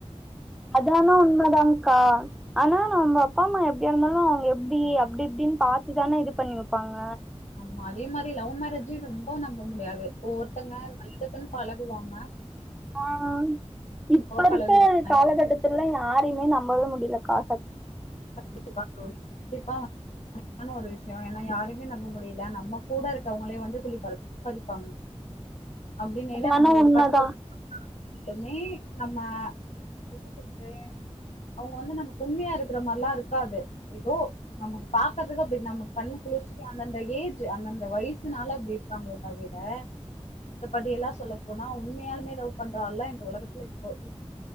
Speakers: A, in the centre; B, on the left.
A: அது ஆனா உண்மைதான்கா ஆனா நம்ம அப்பா அம்மா எப்டியா இருந்தாலும் அவங்க எப்டி அப்டி இப்டின்னு பாத்துதானே இது பண்ணி வைப்பாங்க
B: ஆமா அதே மாரி லவ் மேரேஜும் ரொம்ப நம்ப முடியாது ஒவ்வொருத்தங்க நல்லதுக்குன்னு பழ குவாங்க
A: ஆஹ் இப்ப இருக்க
B: பழகுவாங்க
A: காலகட்டத்துல யாரையுமே நம்பவே முடியல கா
B: கண்டிப்பா தோழி கண்டிப்பா ஆனா ஒரு விஷயம் ஏன்னா யாருமே நம்ப முடியல நம்ம கூட இருக்கவங்களே வந்து குழிபறிப்பாங்க அப்டிங்கையில
A: அது ஆனா
B: நம்ம ஒரு
A: உண்மதா
B: பத்து வருசமே நம்ம எப்டி சொல்றது அவங்க வந்து நமக்கு உண்மையா இருக் க்கிற மார்லா இருக்காது ஏதோ நமக்கு பாக்குறதுக்கு அப்டி நம்ம கண்ணு குளிர்ச்சிக்கு அந்தந்த ஏஜு அந்தந்த வயசுனால அப்டி இருக்காங்கலே தவிர மித்தபடி எல்லா சொல்லப்போனா உண்மயாலுமே லவ் பண்ற ஆள்லா‌ இந்த ஒலகத்துல இப்ப இப்